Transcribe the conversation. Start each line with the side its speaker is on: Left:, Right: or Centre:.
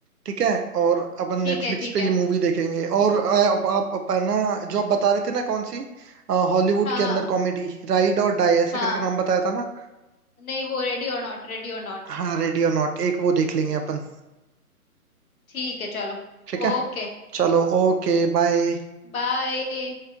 Right: ठीक है और अपन नेटफ्लिक्स
Left: ठीक है ठीक
Right: पे
Left: है
Right: ये मूवी देखेंगे और आ, आप, आप अपन ना जो आप बता रहे थे ना कौन सी हॉलीवुड
Left: हाँ
Right: के
Left: हाँ
Right: अंदर कॉमेडी राइड और डाई ऐसे
Left: हाँ
Right: करके नाम बताया था ना
Left: नहीं वो ready or not ready or not
Right: हाँ रेडी और नॉट एक वो देख लेंगे अपन
Left: ठीक है चलो
Right: ठीक है
Left: Okay
Right: चलो Okay bye
Left: bye